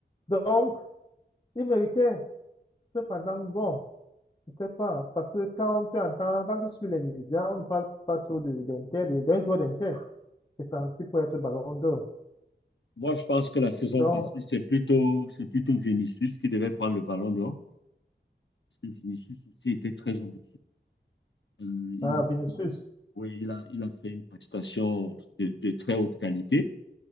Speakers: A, on the left (about 25°); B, on the left (about 80°).
A: Donc, il méritait. Cependant, bon, je ne sais pas, parce que quand tu entends, quand tu suis les médias, on ne parle pas trop de- d'Inter, de d'un joueur d'Inter qui est senti pour être ballon d'or.
B: Moi, je pense que la saison
A: Donc,
B: passée, c'est plutôt, c'est plutôt Vinicius qui devait prendre le Ballon d'Or. Parce que Vinicius aussi était très ambitieux. Euh, il
A: ah,
B: a,
A: Vinicius,
B: oui, il a, il a fait une prestation de, de très haute qualité.